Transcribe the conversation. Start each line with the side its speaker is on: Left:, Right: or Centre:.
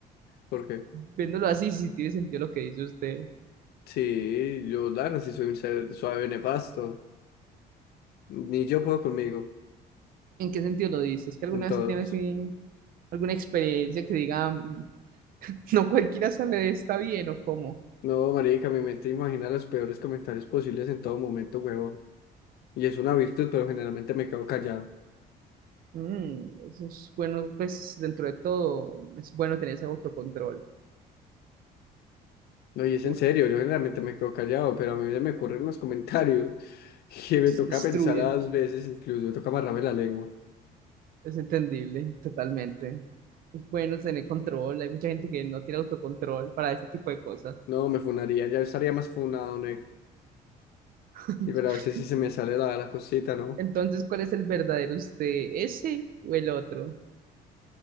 Left: porque...
Right: Viéndolo así, si tiene sentido lo que dice usted.
Left: Sí, yo la verdad sí soy un ser suave nefasto. Ni yo puedo conmigo,
Right: ¿En qué sentido lo dices? ¿Es que alguna
Left: en todos.
Right: vez se tiene así alguna experiencia que diga, "Mm, <laughs> no cualquiera sale de esta bien o cómo?
Left: No, marica, mi mente imagina los peores comentarios posibles en todo momento, huevón. Y es una virtud, pero generalmente me quedo callado.
Right: Mm, eso es bueno, pues dentro de todo es bueno tener ese autocontrol
Left: No, y es
Right: porque
Left: en serio, yo generalmente me quedo callado, pero a mí se me ocurren los comentarios <laughs> que me toca
Right: destruyen,
Left: pensar las veces, incluso me toca amarrarme la lengua.
Right: es entendible totalmente. Es bueno tener control, hay mucha gente que no tiene autocontrol para ese tipo de cosas.
Left: No, me funaría, ya estaría más funado, negro.
Right: <laughs>
Left: Y pero a veces sí se me sale la, la cosita, ¿no?
Right: Entonces, ¿cuál es el verdadero usted? ¿Ese o el otro?